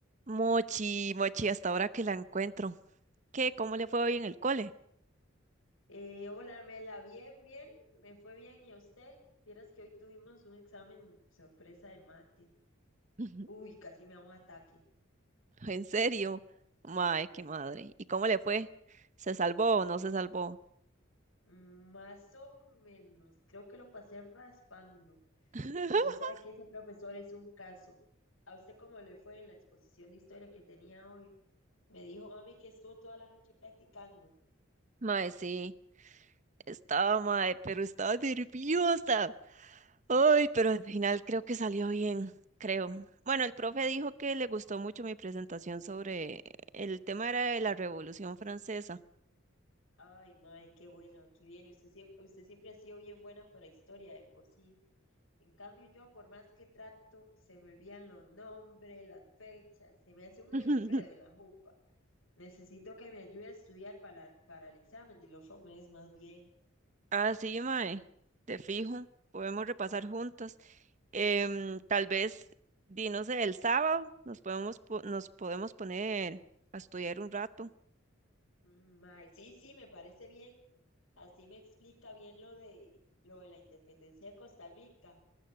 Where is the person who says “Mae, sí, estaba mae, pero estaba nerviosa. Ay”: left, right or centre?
Right